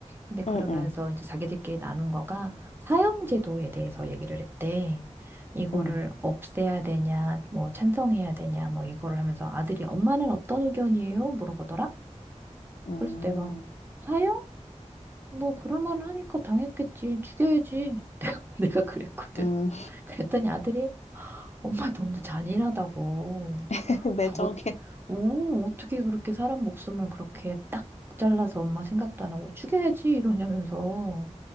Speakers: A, on the right (about 20°); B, on the left (about 65°).
A: 근데 그러면서
B: 응, 응,
A: 이제 자기들끼리 나눈 거가 사형제도에 대해서 얘기를 했대. 이거를
B: 응,
A: 없애야 되냐, 뭐 찬성해야 되냐, 뭐 이거를 하면서 아들이 엄마는 어떤 의견이에요? 물어보더라.
B: 음,
A: 그래서 내가 사형? 뭐 그럴만 하니까 당했겠지. 죽여야지. <laughs> 내가 그랬거든.
B: 음,
A: 그랬더니 아들이 엄마 너무 잔인하다고.
B: <laughs> 매정해.
A: 아, 어, 오, 어떻게 그렇게 사람 목숨을 그렇게 딱 잘라서 엄마 생각도 안 하고 죽여야지 이러냐면서